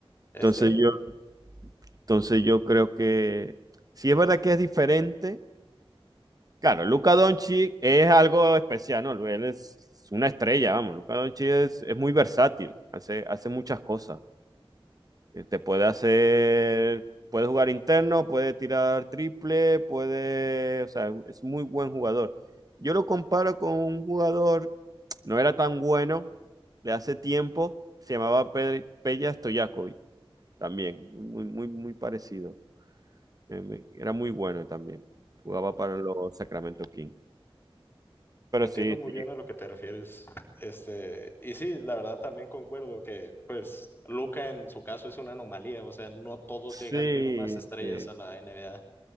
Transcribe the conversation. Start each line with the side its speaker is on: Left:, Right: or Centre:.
Left: Este,
Right: Entonces yo, entonces yo creo que sí es verdad que es diferente. Claro, Luka Doncic es algo especial, ¿no? Él es una estrella, vamos. Luka Doncic es, es muy versátil, hace, hace muchas cosas. Eh, Te puede hacer, puede jugar interno, puede tirar triple, puede, o sea, es muy buen jugador. Yo lo comparo con un jugador No era tan bueno de hace tiempo. Se llamaba Pe- Peja Stojakovic también. Muy, muy, muy parecido. Eh, me- Era muy bueno también. Jugaba para los Sacramento Kings. Pero
Left: entiendo
Right: sí,
Left: muy
Right: sí.
Left: bien a lo que te refieres. Este, y sí, la verdad también concuerdo que, pues, Luca en su caso es una anomalía, o sea, no todos
Right: Sí,
Left: llegan siendo unas estrellas
Right: sí.
Left: a la NBA.